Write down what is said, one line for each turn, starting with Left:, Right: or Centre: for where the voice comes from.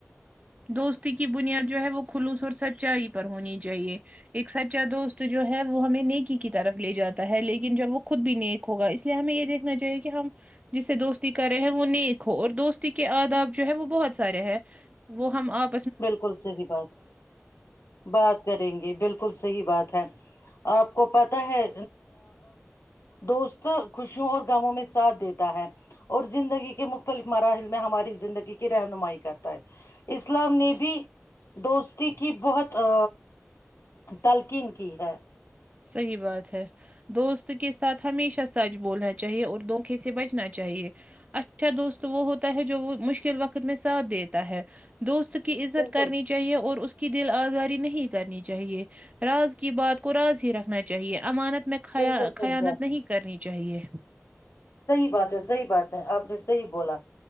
Right: دوستی کی بنیاد جو ہے وہ خلوص اور سچائی پر ہونی چاہیے ایک سچا دوست جو ہے وہ ہمیں نیکی کی طرف لے جاتا ہے لیکن جب وہ خود بھی نیک ہوگا اس لیے ہمیں یہ دیکھنا چاہیے کہ ہم جسے دوستی کر رہے ہیں وہ نیک ہو اور دوستی کے آداب جو ہے وہ بہت سارے ہے وہ ہم آپ
Left: بالکل صحی بات بات کریں گے بالکل صحی بات ہے آپ کو پتہ ہے دوست خوشیوں اور گووں میں ساتھ دیتا ہے اور زندگی کے مختلف مراحل میں ہماری زندگی کی رہنمائی کرتا ہے اس اسلام نے بھی دوستی کی بہت ا تلقین کی ہے
Right: صحیح بات ہے دوست کے ساتھ ہمیشہ سچ بولنا چاہیے اور دھوکے سے بچنا چاہیے اچھا دوست وہ ہوتا ہے جو وہ مشکل وقت میں ساتھ دیتا ہے دوست کی عزت
Left: بالکل
Right: کرنی چاہیے اور اس دل آزاری نہیں کرنی چاہیے راز کی بات کو راز ہی رکھنا چاہیے امانت میں خیا
Left: بالکل صحیح
Right: خیانت
Left: بات
Right: نہیں
Left: ہے
Right: کرنی چاہیے
Left: صحیح بات ہے صحیح بات ہے آپ نے صحیح بولا